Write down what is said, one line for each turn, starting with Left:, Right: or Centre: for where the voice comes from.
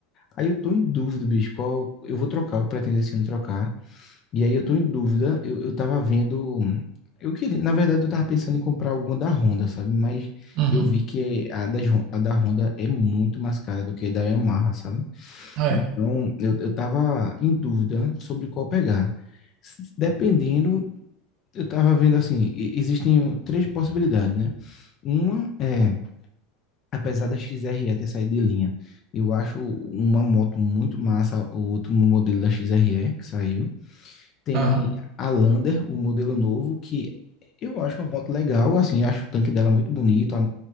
Left: Aí eu tô em dúvida, bicho, qual eu vou trocar, eu pretendo esse ano trocar. E aí eu tô em dúvida, eu, eu tava vendo. Eu queria, na verdade, eu tava pensando em comprar alguma da Honda, sabe? Mas
Right: Uhum.
Left: eu vi que a, das, Hon- a da Honda é muito mais cara do que a da Yamaha, sabe?
Right: É.
Left: Então eu, eu tava em dúvida sobre qual pegar. S- Dependendo, eu tava vendo assim, e- existem três possibilidades, né? Uma é, apesar da X XRE ter saído de linha, eu acho uma moto muito massa, o último modelo da X XRE que saiu. Tem
Right: Aham.
Left: a Lander, o modelo novo, que eu acho uma moto legal, assim, eu acho o tanque dela muito bonito, a-